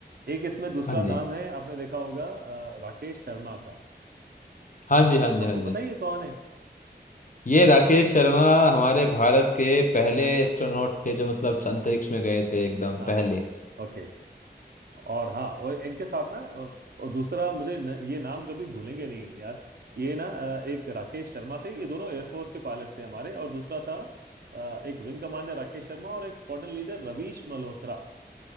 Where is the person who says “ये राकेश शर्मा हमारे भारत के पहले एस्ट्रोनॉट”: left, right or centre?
Left